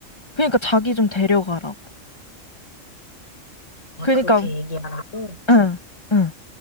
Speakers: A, on the left; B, on the left.
A: 그러니까 자기 좀 데려가라고.
B: 아,
A: 그러니까
B: 그렇게 얘기하라고?
A: 응. 응.